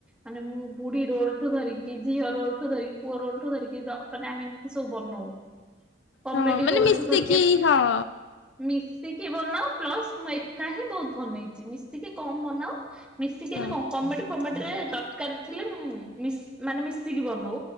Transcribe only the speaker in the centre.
ମାନେ ମୁଁ ବୁଢୀ ରୋଲଠୁ ଧରିକି ଝିଅ ରୋଲଠୁ ଧରିକି ପୁଅ ରୋଲଠୁ ଧରିକି ଦ ମାନେ ଆମେ ଏମିତି ସବୁ ବନଉ। କମେଡି
ରୋଲ
ଠୁ ଧରିକି ଆମେ
ମିଶିକି ବନାଉ ପ୍ଲସ ମୁଁ ଏକା ହିଁ ବହୁତ ବନେଇଛି ମିଶିକି କମ ବନାଉ। ମିଶିକି ହେଲେ
କଣ କମେଡି ଫମେଡି ରେ ଦରକାର ଥିଲେ ମୁଁ ମିସ୍ ମାନେ ମିଶିକି ବନଉ।